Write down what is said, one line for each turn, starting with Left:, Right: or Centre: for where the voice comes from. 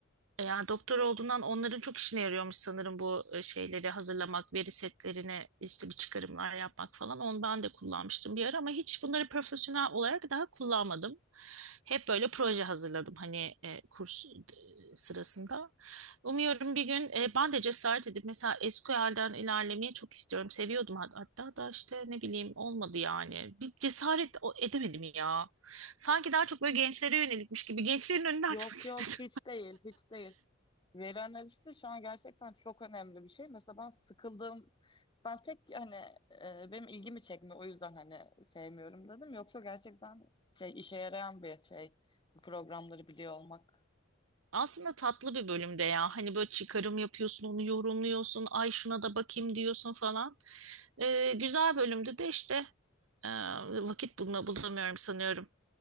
Right: E, Yani doktor olduğundan onların çok işine yarıyormuş sanırım bu e, şeyleri hazırlamak, veri setlerine işte bir çıkarımlar yapmak falan. Onu ben de kullanmıştım bir ara ama hiç bunları profesyonel olarak daha kullanmadım. Hep böyle proje hazırladım hani e, kurs e, sırasında. Umuyorum bir gün e, ben de cesaret edip mesela SQL'den ilerlemeyi çok istiyorum. Seviyordum hat- hatta da işte ne bileyim olmadı yani. Bir cesaret o- edemedim ya. Sanki daha çok böyle gençlere yönelikmiş gibi gençlerin önünü açmak
Left: Yok
Right: <laughs> istedim.
Left: yok hiç değil hiç değil. Veri analisti şu an gerçekten çok önemli bir şey. Mesela ben sıkıldım. ben pek hani e, benim ilgimi çekmiyor o yüzden hani sevmiyorum dedim. Yoksa gerçekten şey işe yarayan bir şey bu programları biliyor olmak.
Right: Aslında tatlı bir bölümde ya. Hani böyle çıkarım yapıyorsun, onu yorumluyorsun, ay şuna da bakayım diyorsun falan. Ee, güzel bölümde de işte e, vakit bulma, bulamıyorum sanıyorum.